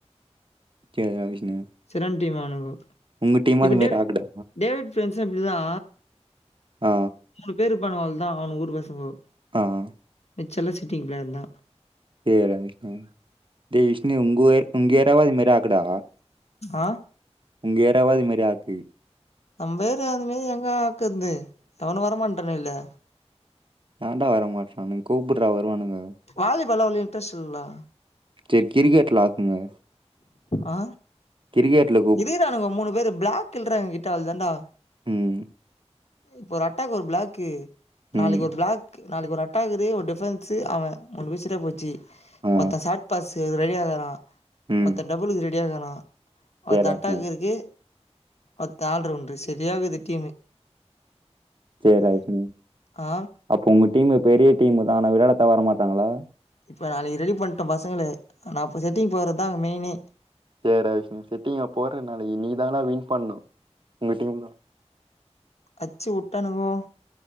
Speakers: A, on the right; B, on the left.
A: கேள்ரா விஷ்ணு
B: செற்றான் டீம் அவனுங்கோ
A: உங்க டீமும்
B: இப்போ
A: அது மாரி
B: டேவி
A: ஆக்குதா?
B: டேவிட் ஃப்ரெண்ட்ஸு இப்டி தா
A: அ
B: மூணு பேருப்பாணுங்க அவ்ள்தா அவனு ஊர் பசங்கோ
A: ஆஹ்
B: ச்செல்லா சிட்டிங் பிளேயர் தா
A: தெரியாது ரா விஷ்ணு டே விஷ்ணு உங் ஊர உங்கயேரியாவாது இந்மாரி ஆக்குடா
B: ஆ
A: உங்க யேறியாவாது இந்மாரி ஆக்கு
B: நம்பேறியா அதுமாரி எங்க ஆக்குற்து எவனு வரமாட்டான்றாங்கலே
A: எவன்டா வர மாற்றான்னுங்க கூப்புட்றா வருவானுங்க
B: வாலிபால்லா அவ்ளோ இன்ட்ரஸ்ட் இல்லல
A: சேரி கிரிக்கெட்ல ஆக்குங்க
B: ஆ
A: கிரிகெட்ல
B: இருக்கரானுங்கோ மூணு பேரு பிளாக்கில்றா எங்கிட்ட அவ்ள்தாண்டா
A: ம்,
B: இப்போ ஒரு அட்டாக்கு ஒரு பிளாக்கு நாளைக்கு
A: ம்,
B: ஒரு பிளாக் நாளைக்கு ஒரு அட்டாக்குது ஒரு டிபரன்ஸு அவ மூணு பீசிட்டே போச்சு
A: ஆ,
B: ஒத்த ஷாட் பாஸ் ரெடியாகிறா
A: ம்.
B: ஒர்த்த டபுலுக்கு ரெடியாகிறா
A: சரிடா
B: ஒர்த்த அட்டாக்குக்கு
A: விஷ்ணு.
B: ஒர்த்த ஆல் ரவுண்டு செரியாகிது டீமு
A: சேர் ரைட்டு
B: ஆ
A: அப்ப உங்க டீமு பெரிய டீமுதா ஆனா விளையாடத்தா வரமாட்டாங்கள்ள
B: இப்ப நாளைக்கு ரெடி பண்ட்டோ பசங்கள நா இப்ப செட்டிங் போட்றதுதா மெயினே
A: சேர்ரா விஷ்ணு செட்டிங்க போர நாளிக்கி நீ தானா வின் பண்ணு உங்க டீம்தா
B: அச்சு வுட்டானுகோ